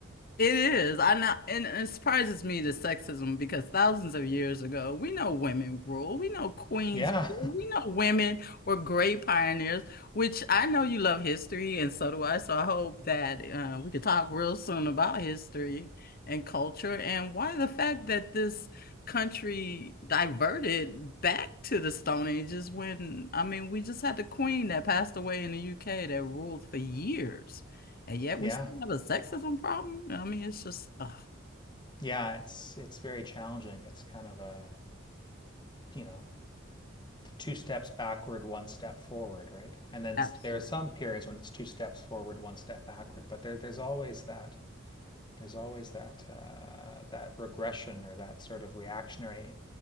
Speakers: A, on the left; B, on the left.
A: It is. I know, and it surprises me the sexism because thousands of years ago, we know women rule. We know queens
B: <laughs> yeah,
A: rule. We know women were great pioneers, which I know you love history, and so do I. So I hope that uh, we could talk real soon about history and culture and why the fact that this country diverted back to the Stone Ages when, I mean, we just had the queen that passed away in the UK that ruled for years. And yet
B: yeah,
A: we still have a sexism problem. No, I mean, it's just ugh,
B: yeah. It's it's very challenging. It's kind of a you know two steps backward, one step forward, right? And then
A: absolutely.
B: there are some periods when it's two steps forward, one step backward, but there there's always that There's always that uh, that regression or that sort of reactionary